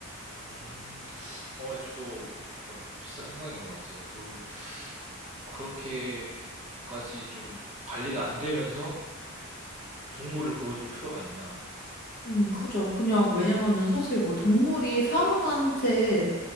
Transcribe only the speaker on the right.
음, 어, 예, 저도 약간 비슷한 생각인 것 같아요. 그 그렇게까지 좀 관리가 안 되면서 동물을 보여줄 필요가 있나?